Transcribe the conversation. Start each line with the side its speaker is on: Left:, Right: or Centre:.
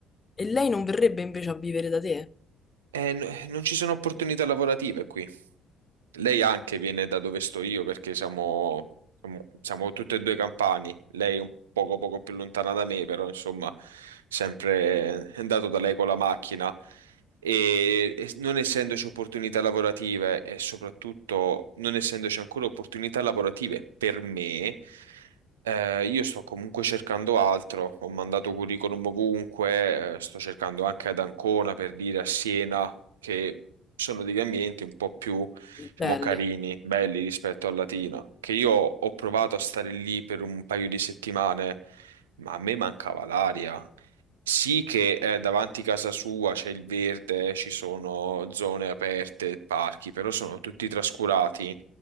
Left: e lei non verrebbe invece a vivere da te?
Right: e n- non ci sono opportunità lavorative qui. Lei anche viene da dove sto io perché siamo, siamo, siamo tutte e due campani. Lei un poco, poco più lontana da me, però insomma, sempre è andato da lei con la macchina. E, e non essendoci opportunità lavorative e soprattutto non essendoci ancora opportunità lavorative per me, eh, io sto comunque cercando altro. Ho mandato curriculum ovunque, eh, sto cercando anche ad Ancona per dire a Siena che sono degli ambienti un po' più diciamo,
Left: Belle.
Right: carini, belli rispetto al latino, che io ho provato a stare lì per un paio di settimane, ma a me mancava l'aria. Sì che eh, davanti a casa sua c'è il verde, ci sono zone aperte, parchi, però sono tutti trascurati.